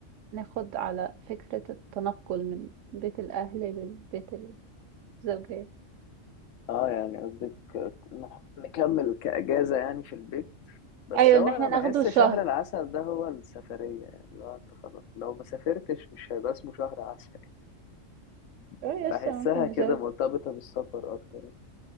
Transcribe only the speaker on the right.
ناخد على فكرة التنقل من بيت الاهل للبيت الزوجية
ايوه
ان احنا
ناخده
شهر
اه
يس ممكن
نسافر